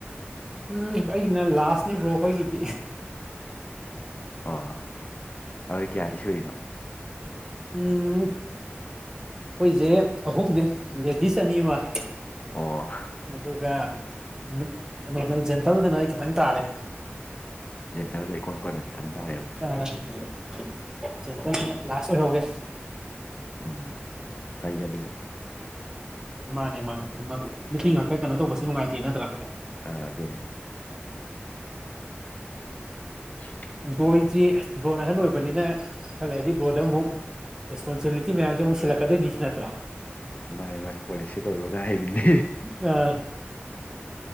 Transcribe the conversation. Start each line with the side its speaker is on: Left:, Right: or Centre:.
Right: ꯎꯝ ꯑꯩꯅ ꯂꯥꯁꯅꯦ ꯕ꯭ꯔꯣ ꯑꯩꯈꯣꯏꯒꯤꯗꯤ
Left: ꯑꯣ ꯑꯗꯣ ꯀꯌꯥꯗꯤ ꯁꯨꯏꯅꯣ
Right: ꯎꯝ ꯑꯩꯈꯣꯏꯁꯦ ꯑꯍꯨꯝꯅꯦ ꯂꯦꯗꯤꯁ ꯑꯅꯤ ꯑꯃꯒ
Left: ꯑꯣ
Right: ꯑꯗꯨꯒ ꯀꯩꯅꯣꯗꯅ ꯖꯦꯟꯇꯜꯗꯅ ꯑꯩ ꯈꯤꯇꯪ ꯇꯥꯔꯦ
Left: ꯖꯦꯟꯗꯔꯗ ꯏꯀꯣꯟ ꯀꯣꯟꯅ ꯊꯟ ꯇꯥꯔꯦꯕ
Right: <unintelligible> ꯆꯦꯟꯇꯥꯜꯁꯤꯅ ꯂꯥꯁ ꯑꯣꯏꯍꯧꯔꯦ
Left: ꯎꯝ ꯈꯥꯏꯖꯗꯁꯨ
Right: ꯃꯥꯅꯦ ꯃꯥꯅꯦ ꯗꯨꯃꯟ ꯅꯨꯄꯤ ꯉꯥꯛꯇ ꯀꯩꯅꯣ ꯇꯧꯕꯁꯨ ꯅꯨꯡꯉꯥꯏꯇꯦ ꯅꯠꯇ꯭ꯔꯥ
Left: ꯑ ꯑꯗꯨꯅꯦ <unintelligible>
Right: ꯕ꯭ꯔꯣꯏꯖꯤ ꯕ꯭ꯔꯣꯅ ꯑꯍꯟ ꯑꯣꯏꯕꯅꯤꯅ ꯈꯔ ꯂꯩꯗꯤ ꯕ꯭ꯔꯣꯗ ꯑꯃꯨꯛ ꯔꯦꯁꯄꯣꯟꯁꯤꯕꯤꯂꯤꯇꯤ ꯃꯌꯥꯝꯁꯦ ꯑꯃꯨꯛ ꯁꯤꯜꯂꯛꯀꯗꯣꯏꯅꯤ ꯅꯠꯇ꯭ꯔꯥ
Left: ꯃꯥꯏ ꯃꯥꯥꯏ ꯀꯣꯂꯦꯖꯁꯤ ꯂꯣꯏꯕ ꯉꯥꯏꯕꯅꯤ
Right: ꯑꯥ